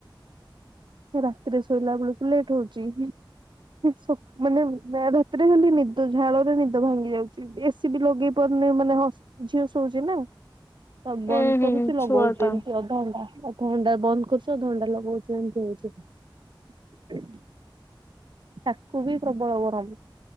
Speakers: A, on the right; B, on the left.
A: ରାତିରେ ଶୋଇଲା ବେଳକୁ ଲେଟ୍ ହୋଉଛି। ସକ ମାନେ ରାତିରେ ଖାଲି ନିଦ ଝାଳରେ ନିଦ ଭାଙ୍ଗି ଯାଉଛି। ଏସିି ବି ଲଗେଇ ପାରୁନି ମାନେ ହ ଝିଅ ଶୋଉଛି ନା। ତ ବନ୍ଦ
B: ଉୁଁ ହୁଁ
A: କରୁଛୁ ଲଗଉଛୁ
B: ଛୁଆ ଟା
A: ଏମିତି ଅଧଘଣ୍ଟା ଅଧଘଣ୍ଟା ବନ୍ଦ କରୁଛୁ ଅଧଘଣ୍ଟା ଲଗୋଉଛୁ ଏମିତି ହୋଉଛି। ତାକୁ ବି ପ୍ରବଳ ଗରମ।